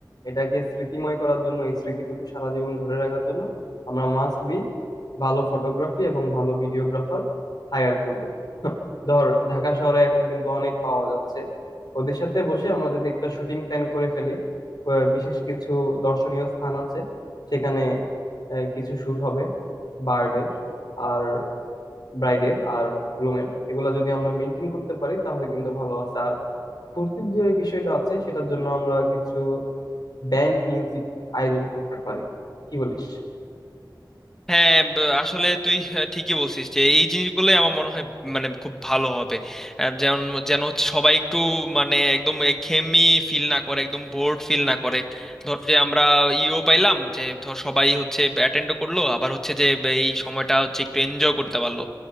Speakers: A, on the left; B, in the centre.
A: এটাকে স্মৃতিময় করার জন্য এই স্মৃতিটুকু সারা জীবন ধরে রাখার জন্য আমরা মাস্ট বি ভালো ফটোগ্রাফি এবং ভালো ভিডিওগ্রাফার হায়ার করব <laughs> ধর ঢাকা শহরে এখন কিন্তু অনেক পাওয়া যাচ্ছে ওদের সাথে বসে আমরা যদি একটা শুটিং প্ল্যান করে ফেলি ক- বিশেষ কিছু দর্শনীয় স্থান আছে সেখানে আহ, কিছু শুট হবে বার্ডের আর ব্রাইডের আর গ্রুমের এগুলো যদি আমরা মেনটেন করতে পারি তাহলে কিন্তু ভালো আছে ফুর্তির যে বিষয়টা আছে সেটার জন্য আমরা কিছু ব্যান্ড মিউজিক আয়োজন করতে পারি কি বলিস
B: হ্যাঁ ব- আসলে তুই আহ, ঠিকই বলছিস যে এই জিনিসগুলোই আমার মনে হয় মানে খুব ভালো হবে আহ, যেমন যেন হচ্ছে সবাই একটু মানে একদম একঘেয়েমি ফিল না করে একদম বোর্ড ফিল না করে ধর যে আমরা ইও পাইলাম যে ধর সবাই হচ্ছে অ্যাটেন্ড করলো আবার হচ্ছে যে ব- এই সময়টা হচ্ছে একটু এনজয় করতে পারলো